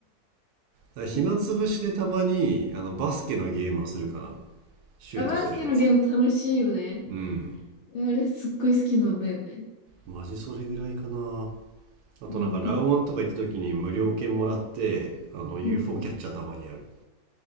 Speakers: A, on the right; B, on the left.
A: だから暇つぶしでたまにあのバスケのゲームはするかな。
B: <laughs>
A: シュートするやつ。
B: あ、バスケのゲーム楽しいよね。
A: うん。
B: いやあれすっごい好きなんだよね。
A: マジそれぐらいかな。あとなんかラウワンとか行った時に無料券もらって、
B: うん。
A: あの UFO
B: うん。
A: キャッチャーたまにやる。